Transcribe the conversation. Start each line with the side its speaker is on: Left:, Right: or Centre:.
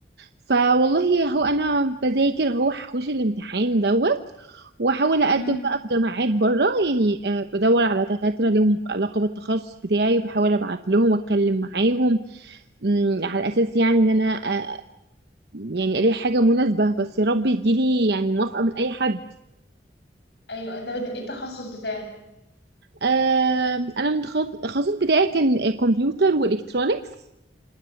Right: فوالله هو انا بذاكر هو هخش الامتحان دوت واحاول اقدم
Left: مم.
Right: بقى في جامعات بره يعني آه، بدور على دكاتره لهم علاقه بالتخصص بتاعي وبحاول ابعت لهم واتكلم معاهم مم، على اساس يعني ان انا آه، يعني الاقي حاجه مناسبه بس يا رب يجيلي يعني موافقه من اي حد
Left: أيوة أنت بد... إيه التخصص بتاعك؟
Right: آم، انا من التخصص التخصص بتاعي كان كمبيوتر والكترونكس